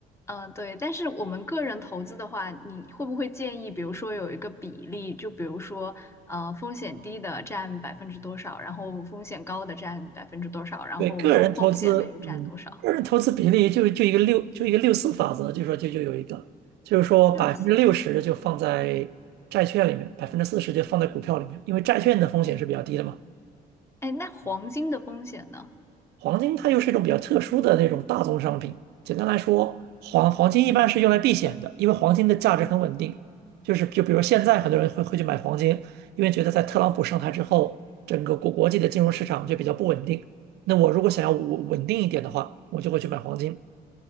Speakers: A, on the left; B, on the right.
A: 嗯，对，但是我们个人投资的话，你会不会建议，比如说有一个比例，就比如说，呃，风险低的占百分之多少，然后风险高的占百分之多少，然后中风险的又占多少？
B: 对，个人投资，嗯，个人投资比例就就一个六，就一个六四法则，就说就就有一个，就是说百分之六十就放在债券里面，
A: 六四
B: 百分之四十就放在股票里面，因为债券的风险是比较低的嘛。
A: 哦，哎，那黄金的风险呢？
B: 黄金它又是一种比较特殊的那种大宗商品。简单来说，黄黄金一般是用来避险的，因为黄金的价值很稳定。就是就比如现在很多人会会去买黄金，因为觉得在特朗普上台之后，整个国国际的金融市场就比较不稳定。那我如果想要稳稳定一点的话，
A: 哦
B: 我就会去买黄金。